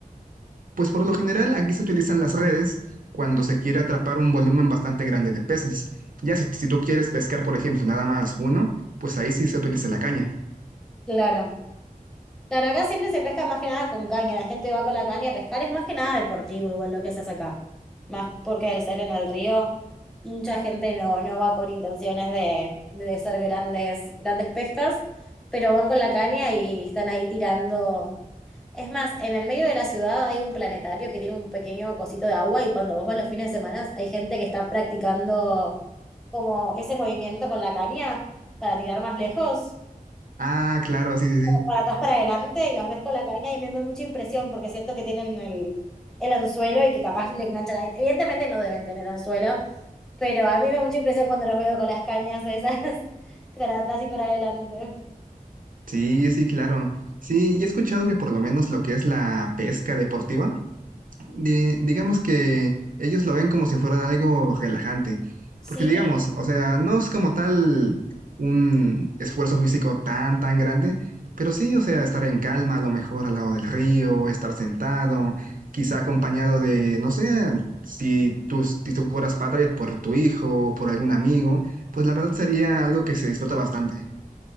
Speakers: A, on the right; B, in the centre.
A: Pues por lo general aquí se utilizan las redes cuando se quiere atrapar un volumen bastante grande de peces. Ya si, si tú quieres pescar, por ejemplo, nada más uno, pues ahí sí se utiliza la caña.
B: Claro. Claro, acá siempre se pesca más que nada con caña. La gente va con la caña a pescar. Es más que nada deportivo, igual lo que se hace acá. Más porque al ser en el río, mucha gente no, no va con intenciones de, de ser grandes, grandes pescas, pero van con la caña y están ahí tirando. Es más, en el medio de la ciudad hay un planetario que tiene un pequeño cosito de agua y cuando vos vas los fines de semana hay gente que está practicando como ese movimiento con la caña para tirar más lejos,
A: Ah, claro, sí, sí,
B: como
A: sí.
B: para atrás, para adelante y los ves con la caña y me da mucha impresión porque siento que tienen el, el anzuelo y que capaz le enganchan a Evidentemente no deben tener anzuelo, pero a mí me da mucha impresión cuando los veo con las cañas esas <laughs> para atrás y para adelante.
A: Sí, sí, claro. Sí, y he escuchado que por lo menos lo que es la pesca deportiva di- digamos que ellos lo ven como si fuera algo relajante,
B: Sí,
A: porque digamos, o sea, no es como tal un esfuerzo físico tan, tan grande, pero sí, o sea, estar en calma, a lo mejor al lado del río, estar sentado, quizá acompañado de, no sé, si tú, si tú fueras padre por tu hijo, por algún amigo, pues la verdad sería algo que se disfruta bastante.